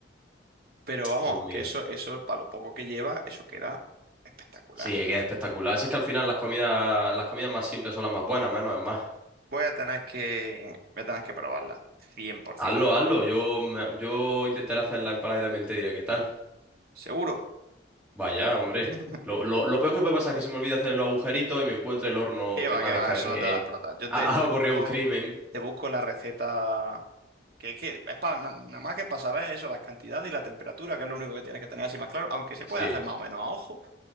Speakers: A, on the right; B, in the centre.
A: Pero vamos,
B: Pues mira.
A: que eso, eso, para lo poco que lleva, eso queda espectacular.
B: Sí, es que es espectacular. Si es que al final las comidas, las comidas más simples son las más buenas, menos es más.
A: Voy a tener que, voy a tener que probarla, 100%.
B: Hazlo, hazlo. Yo, me- yo intentaré hacer la empanada y también te diré qué tal.
A: Seguro.
B: Vaya, hombre.
A: <laughs>
B: Lo, lo, lo peor que puede pasar es que se me olvide hacer los agujeritos y me encuentre el horno
A: Qué
B: que
A: va,
B: parezca
A: qué va, eso
B: que
A: no te da plata. Yo
B: ha,
A: te, te
B: ha ocurrido
A: busco,
B: un crimen.
A: te busco la receta. Que es que es para nada más que para saber eso, las cantidades y la temperatura, que es lo único que tienes que tener así más claro. Aunque se
B: Sí,
A: puede hacer más o menos a ojo,